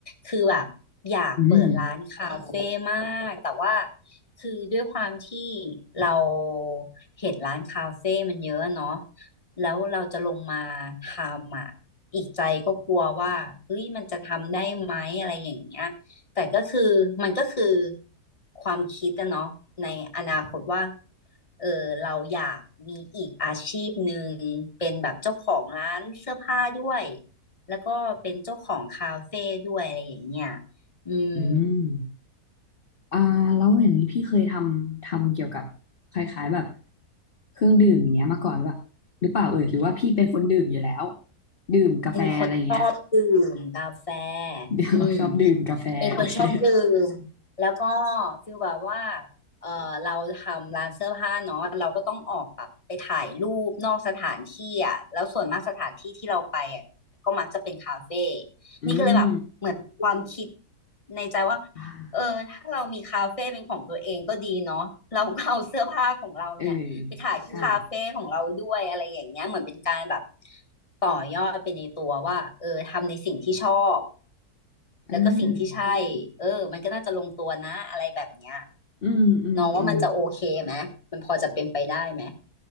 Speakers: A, on the left; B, on the left.
A: คือแบบอยากเปิดร้านคาเฟ่มาก
B: อืม
A: แต่ว่าคือด้วยความที่เราเห็นร้านคาเฟ่มันเยอะเนาะแล้วเราจะลงมาทำอ่ะอีกใจก็กลัวว่าเฮ้ยมันจะทำได้ไหมอะไรอย่างเงี้ย แต่ก็คือมันก็คือความคิดอะเนาะในอนาคตว่า เออเราอยากมีอีกอาชีพหนึ่งเป็นแบบเจ้าของร้านเสื้อผ้าด้วยแล้วก็เป็นเจ้าของคาเฟ่ด้วยอะไรอย่างเงี้ยอืม
B: อืม อ่าแล้วอย่างนี้พี่เคยทำทำเกี่ยวกับคล้ายๆแบบเครื่องดื่มอย่างเงี้ยมาก่อนหรือเปล่าหรือเปล่าเอ่ยหรือว่าพี่เป็นคนดื่มอยู่แล้วดื่มกาแฟอะไรอย่างเงี้ย
A: เป็นคนชอบดื่มกาแฟ
B: <laughs> เดี๋ยวชอบดื่มกาแฟ
A: อืม เป็นคนชอบดื่ม
B: <laughs> โอเค
A: แล้วก็ฟีลแบบว่าเออเราทำร้านเสื้อผ้าเนาะเราก็ต้องออกแบบไปถ่ายรูปนอกสถานที่อ่ะแล้วส่วนมากสถานที่ที่เราไปอ่ะก็มักจะเป็นคาเฟ่
B: อืม
A: นี่ก็เลยแบบเหมือนความคิดในใจว่า
B: อ่
A: เออถ้าเรามีคาเฟ่เป็นของตัวเองก็ดีเนาะเราก็เอาเสื้อผ้าของเราเนี่ยไปถ่ายที่คาเฟ่ของเราด้วยอะไรอย่างเงี้ยเหมือนเป็นการแบบ
B: าเออใช่
A: ต่อยอดไปในตัวว่าเออทำในสิ่งที่ชอบ
B: เออ
A: แล้วก็สิ่งที่ใช่ เออมันก็น่าจะลงตัวนะอะไรแบบเนี้ย
B: อืมอืมอืม
A: น้องว่ามันจะโอเคไหม มันพอจะเป็นไปได้ไหม